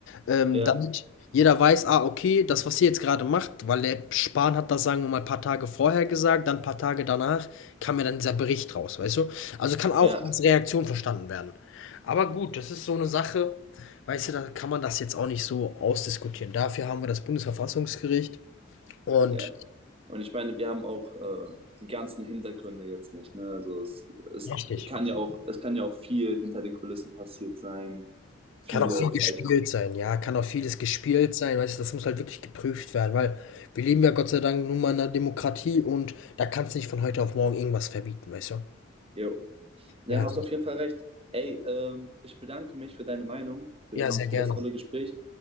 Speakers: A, on the left; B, on the right.
A: ähm,
B: ja,
A: damit jeder weiß, ah, okay, das, was ihr jetzt gerade macht, weil der Spahn hat das, sagen wir mal, ein paar Tage vorher gesagt, dann ein paar Tage danach kam ja dann dieser Bericht raus, weißt du? Also kann auch
B: ja,
A: als Reaktion verstanden werden. Aber gut, das ist so eine Sache, weißt du, da kann man das jetzt auch nicht so ausdiskutieren. Dafür haben wir das Bundesverfassungsgericht und
B: ja. Und ich meine, wir haben auch äh, die ganzen Hintergründe jetzt nicht. Ne? Also es, es
A: richtig.
B: kann ja auch, es kann ja auch viel hinter den Kulissen passiert sein. Viele
A: Kann auch viel
B: vielleicht.
A: gespielt sein, ja, kann auch vieles gespielt
B: Ja.
A: sein, weißt du, das muss halt wirklich geprüft werden, weil wir leben ja Gott sei Dank nun mal in einer Demokratie und da kannst du nicht von heute auf morgen irgendwas verbieten, weißt du?
B: Jo. Ja,
A: Ja.
B: hast auf jeden Fall recht. Ey, ähm, ich bedanke mich für deine Meinung für,
A: Ja,
B: und
A: sehr
B: für
A: gerne.
B: das Sehr, tolle sehr gerne. Gespräch.